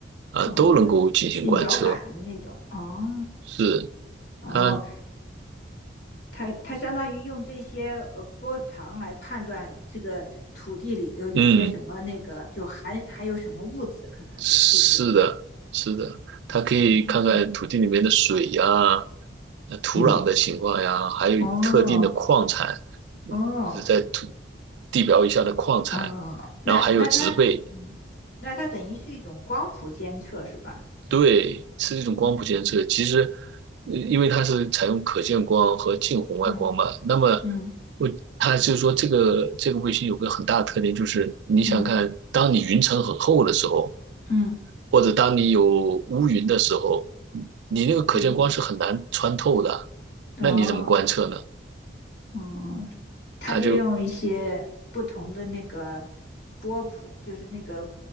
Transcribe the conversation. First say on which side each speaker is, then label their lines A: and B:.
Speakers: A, on the right; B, on the left.
A: 啊、
B: 哦，
A: 都能够进行观测。
B: 是遥感的那种哦。
A: 是
B: 哦，
A: 它，
B: 它它相当于用这些呃波长来判断这个土地里头有些什么那个，
A: 嗯，
B: 就含还有什么物质，可能是是不是？
A: 是的，是的，它可以看看土地里面的水呀、
B: 嗯
A: 呃土壤的情况呀，
B: 嗯，
A: 还有特定的矿产，
B: 哦
A: 嗯就是在土
B: 哦，
A: 地表以下的矿产，
B: 嗯，那那它嗯，
A: 然后还有植被，
B: 那它等于是一种光谱监测是吧？
A: 对，是一种光谱监测。
B: 嗯
A: 其实，呃因为它是采用可见光和近红外光嘛，
B: 嗯
A: 那么
B: 嗯
A: 我它就是说，这个这个卫星有个很大的特点，就是你想看，
B: 嗯
A: 当你云层很厚的时候，
B: 嗯
A: 或者当你有乌云的时候，你那个可见光是很难穿透的，
B: 嗯，哦，
A: 那你怎么观测呢？
B: 哦，他就用一些不同的那个
A: 它就
B: 波谱，就是那个